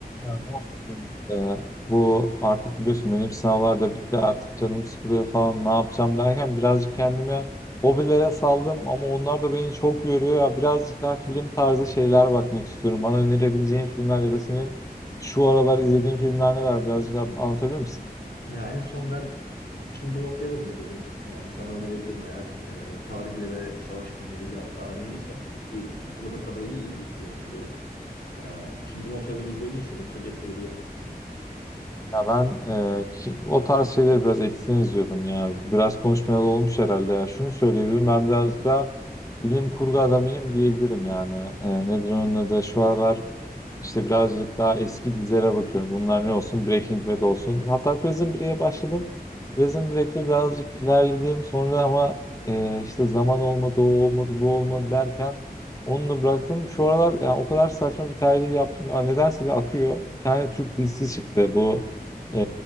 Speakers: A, on the left; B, on the left.
A: Ya ne olsa senin işte. Bu artık biliyorsun benim sınavlar da bitti artık canım sıkılıyor falan ne yapacağım derken birazcık kendime hobilere saldım ama onlar da beni çok yoruyor ya birazcık daha film tarzı şeyler bakmak istiyorum. Bana önerebileceğin filmler ya da senin şu aralar izlediğin filmler neler birazcık an- anlatabilir misin?
B: Ya en son ben Kingdom of Heaven'ı izledim. Yani sana önerebilirim eğer e, tarihle ve savaş filmleriyle aran iyiyse ki hatırladığım kadarıyla iyiydi diye hatırlıyorum. E, Kingdom of Heaven'ı izleyebilirsin. Beni çok etkiledi yani.
A: Ya ben e, ki, o tarz şeyleri biraz eksin izliyordum ya. Biraz konuşmayalı olmuş herhalde ya. Şunu söyleyebilirim ben birazcık daha bilim kurgu adamıyım diyebilirim yani. E, nedir onun adı? Şu aralar İşte birazcık daha eski dizilere bakıyorum. Bunlar ne olsun? Breaking Bad olsun. Hatta Prison Break'e başladım. Prison Break'te birazcık ilerledim. Sonra ama e, işte zaman olmadı, o olmadı, bu olmadı derken onu da bıraktım. Şu aralar yani o kadar saçma bir tercih yaptım ki. Aa, Nedense de akıyor. Bir tane Türk dizisi çıktı. Bu e,